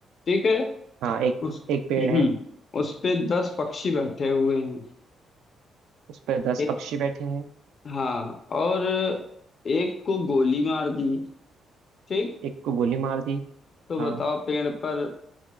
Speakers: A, on the left; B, on the right.
A: ठीक है
B: हाँ एक
A: उस
B: एक पेड़
A: <clears throat> हम्म,
B: है
A: उस पे दस पक्षी बैठे हुए हैं
B: उस पर दस
A: एक
B: पक्षी बैठे हैं
A: हाँ और एक को गोली मार दी ठीक
B: एक को गोली मार दी
A: तो
B: हाँ
A: बताओ पेड़ पर